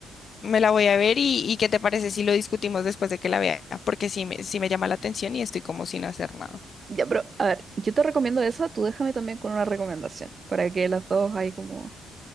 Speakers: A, on the left; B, on the right.
A: me la voy a ver y, y ¿qué te parece si lo discutimos después de que la vea? Porque sí me, sí me llama la atención y estoy como sin hacer nada.
B: Ya, pero a ver, yo te recomiendo esa, tú déjame también con una recomendación para que las dos ahí como,